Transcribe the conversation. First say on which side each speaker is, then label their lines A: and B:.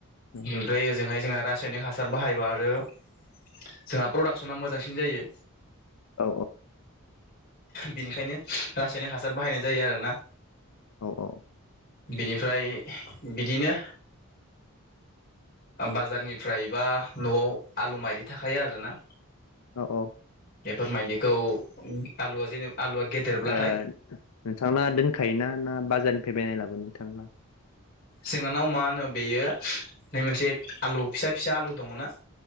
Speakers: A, on the left; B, on the left.
A: औ
B: ओमफाय ओजोंहाय जोंहा रासायनिक हासार बाहायबा आरो जोंहा प्रडाक्सना मोजांसिन जायो।
A: औ
B: बिनिखायनो रासायनिक हासार बाहायनाय जायो आरोना।
A: औ औ।
B: बिनिफ्राय बिदिनो बाजारनिफ्राय बा न'आव आलु माइदि थाखायो आरोना।
A: औ औ।
B: बेफोर माइलिखौ आलुआ जेने आलुआ गेदेरब्लाथाय
A: ओ नोंथांना दोनखायोना ना बाजारनिफ्राय बायनाय लाबो नोंथांना?
B: जोंहानाव मा होनो बेयो नै मोनसे आलु फिसा फिसा आलु दङ' ना?